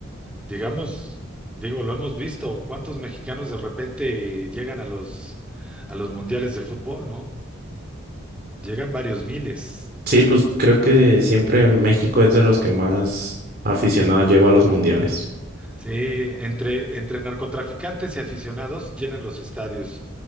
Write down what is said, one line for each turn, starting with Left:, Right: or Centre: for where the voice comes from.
Centre: Digamos, digo, lo hemos visto, cuántos mexicanos de repente llegan a los, a los mundiales de fútbol, ¿no? Llegan varios miles.
Right: Sí, pues creo que siempre México es de los que más aficionados lleva a los mundiales.
Centre: Sí, entre, entre narcotraficantes y aficionados llenan los estadios,